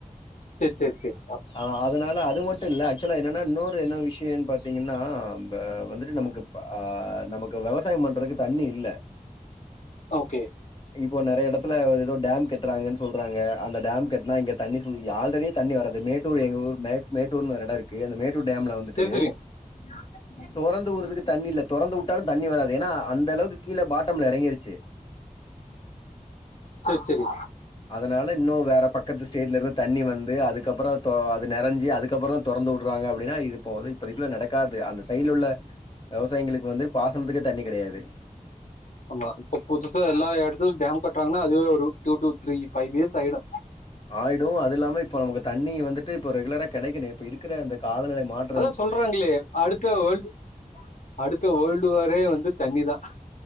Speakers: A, on the left; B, on the left.
A: சேர் சேர் சேர்
B: ஆ வ் அதனால அது மட்டோ இல்ல ஆக்ச்சுலா என்னன்னா இன்னொரு என்ன விஷியோனு பாத்தீங்கன்னா இப்ப வந்துட்டு நமக்கு ஆ நமக்கு வெவசாயம் பண்றதுக்கு தண்ணி இல் இல்ல
A: ஓகே
B: இப்போ நெறைய எடத்துல ஏதோ டேம் கட்டுறாங்கன்னு சொ சொல்றாங்க அந்த டேம் கட்னா இங்க தண்ணி ஃபுல் ஆல்ரெடி தண்ணி வராது மேட்டூர் எங்க ஊர் மே மேட்டூர்னு ஒரு இடோ இருக்கு அந்த மேட்டூர் டேம்ல வந்துட்டு
A: சரி தெரியும் <unintelligible>
B: தொறந்து ஊற்றதுக்கு தண்ணி இல்ல தொறந்து விட்டாலு தண்ணி வராது ஏன்னா அந்த அளவுக்கு கீழ பாட்டம்ல எறங்கிருச்சு
A: சேரி சேரி
B: அதனால இன்னு வேற பக்கத்து ஸ்டேட்ல இருந்து தண்ணி வந்து அதுக்கப்புறோ இப்போ அது நெரஞ்சி அதுக்கப்புறோ தா தொறந்து விடுறாங்க அப்படின்னா இது இப்ப வந்து இப்பதைக்குள்ள நடக்காத்து அந்த சைடுல்ல உள்ள விவசாயிங்களுக்கு வந்து பாசனத்துக்கே தண்ணி கேடையாது
A: ஆமா இப்ப புதுசா எல்லா இடத்துலு டேம் கட்டுறாங்கன்னா அது ஒரு two two three five years ஆயிடு
B: ஆயிடு அது இல்லாம இப்ப நமக்கு தண்ணி வந்துட்டு இப்ப ரெகுலரா கடைக்கணு இப்ப இருக்கிற இந்த காலநில மாற்
A: அதா சொல்றாங்களே அடுத்த வேல்டு அடுத்த வேல்டு வாரே வந்து தண்ணிதா